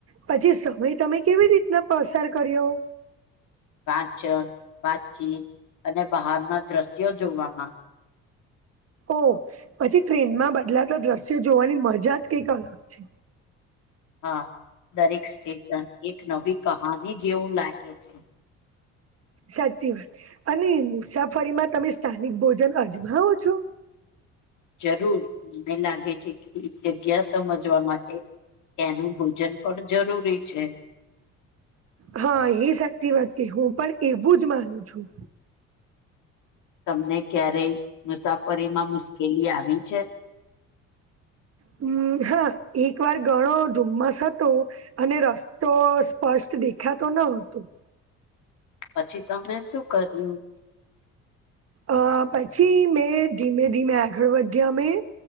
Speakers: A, on the right (about 50°); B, on the left (about 70°).
A: પછી સમય તમે કેવી રીતના પસાર કર્યો?
B: વાંચન વાચીત અને બહારના દ્રશ્યો જોવામાં.
A: ઓ પછી ટ્રેનમાં બદલાતા દ્રશ્યો જોવાની મજા જ કંઈક અલગ છે.
B: હા, દરેક સ્ટેશન એક નવી કહાની જેવું લાગે છે.
A: સાચી વાત અને મુસાફરીમાં તમે સ્થાનિક ભોજન અજમાવો છો?
B: જરૂર મને લાગે છે, કે એ જગ્યા સમજવા માટે ત્યાંનું ભોજન પણ જરૂરી છે,
A: હા, એ સાચી વાત ક હું પણ એવું જ માનું છું,
B: તમને ક્યારેય મુસાફરીમાં મુશ્કેલી આવી છે?
A: હમ્મ હા એક વાર ગણો ધુમ્મસ હતો અને રસ્તો સ્પષ્ટ દેખાતો ન હતું,
B: પછી તમને શું કર્યું?
A: અ પછી મેં ધીમે ધીમે આગળ વધ્યા મેં